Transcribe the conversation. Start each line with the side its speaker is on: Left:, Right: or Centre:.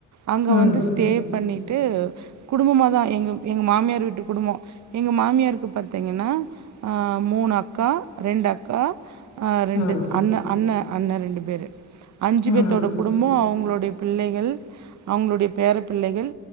Right: அங்க
Left: ம்
Right: வந்துஸ் ஸ்டே பண்ணிட்டு குடும்பமா தா எங்க எங்க மாமியார் வீட்டு குடும்போ எங்க மாமியார்ருக்கு பாத்தீங்கன்னா அ மூணு அக்கா ரெண்டு அக்கா அ ரெண்டு
Left: ம்
Right: அண்ண அண்ண அண்ண ரெண்டு பேரு அஞ்சு
Left: ம்
Right: பேத்தோட குடும்போ அவுங்களுடைய பிள்ளைகள் அவுங்களுடைய பேர பிள்ளைகள்